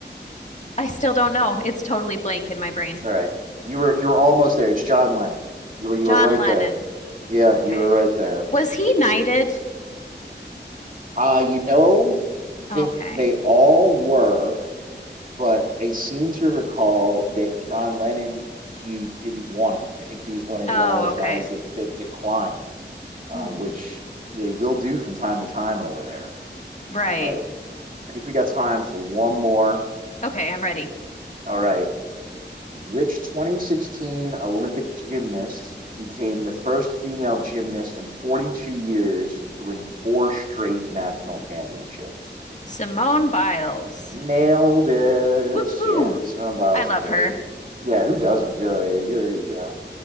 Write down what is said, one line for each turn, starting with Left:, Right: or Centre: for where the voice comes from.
Left: I still don't know. It's totally blank in my brain.
Right: All right. You were you were almost there. It's John Lennon. You were you
Left: John
Right: were right
Left: Lennon.
Right: there. Yeah,
Left: Okay.
Right: you were right there.
Left: Was he knighted?
Right: Uh, you know, I think
Left: Okay.
Right: they all were, but I seem to recall that John Lennon, he didn't want it. I think he was one of
Left: Oh,
Right: one of those
Left: okay.
Right: guys that that declined, uh,
Left: Hmm.
Right: which they will do from time to time over there.
Left: Right.
Right: All right, I think we got time for one more.
Left: Okay, I'm ready.
Right: All right. Which 2016 Olympic gymnast became the first female gymnast in 42 years to win four straight national championships?
Left: Simone Biles.
Right: Nailed it.
Left: Woohoo!
Right: Yeah, Simone Biles
Left: I love
Right: is great.
Left: her.
Right: Yeah, who doesn't really? You're, you know,